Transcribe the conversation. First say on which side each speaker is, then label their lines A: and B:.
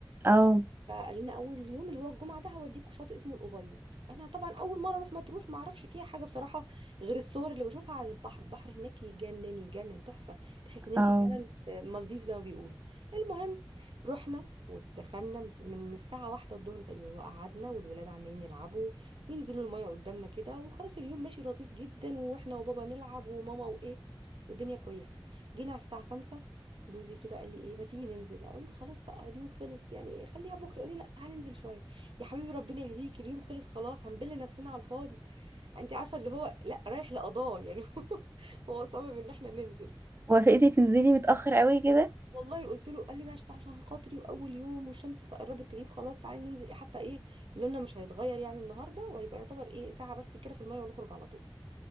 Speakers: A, on the right; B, on the right.
A: او
B: فقال لنا اول يوم اللي هو الجمعه ده هوديكوا شاطئ اسمه الابيض انا طبعا اول مره اروح مطروح ما اعرفش فيها حاجه بصراحه غير الصور اللي بشوفها على البحر البحر هناك يجنن يجنن تحفه تحس ان انت
A: او
B: فعلا في مالديف زي ما بيقولوا المهم رحنا ودخلنا من من الساعة واحدة الظهر تقريبا وقعدنا والولاد عمالين يلعبوا وينزلوا المية قدامنا كده وخلاص اليوم ماشي لطيف جدا واحنا وبابا نلعب وماما وايه والدنيا كويسة جينا على الساعة خمسة جوزي كده قال لي ايه ما تيجي ننزل اقول له خلاص بقى اليوم خلص يعني خليها بكره يقول لي لا تعالي ننزل شويه يا حبيبي ربنا يهديك اليوم خلص خلاص هنبل نفسنا على الفاضي انت عارفه اللي هو لا رايح لقضاه يعني <laughs> هو هو صمم ان احنا ننزل
A: وافقتي تنزلي متأخر قوي كده
B: والله قلت له قال لي ماشي عشان خاطري واول يوم والشمس خ- قربت تغيب خلاص تعالي ننزل إيه حتى ايه لوننا مش هيتغير يعني النهارده وهيبقى يعتبر ايه ساعه بس كده في الميه ونخرج على طول